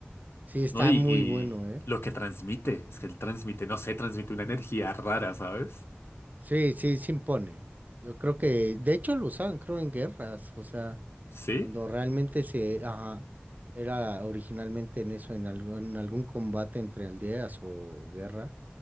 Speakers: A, on the right; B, on the left.
A: Sí, está
B: ¿No? Y,
A: muy
B: y
A: bueno, ¿eh?
B: lo que transmite, es que él transmite, no sé, transmite
A: Ujú.
B: una energía rara, ¿sabes?
A: Sí, sí, se impone. Yo creo que, de hecho, lo usaban, creo, en guerras, o sea,
B: ¿Sí?
A: cuando realmente se, ajá, era originalmente en eso, en algo, en algún combate entre aldeas o guerra,